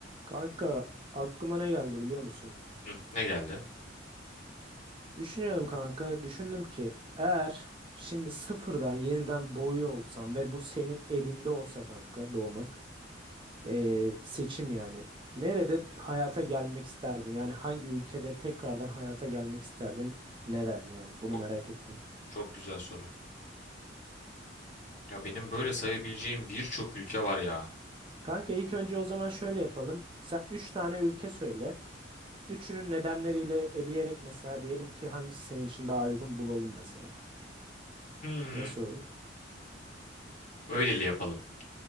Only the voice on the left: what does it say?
Hı, ne geldi?
Çok,
çok güzel soru. Ya benim böyle sayabileceğim birçok ülke var ya.
Hmm,
öyleli yapalım.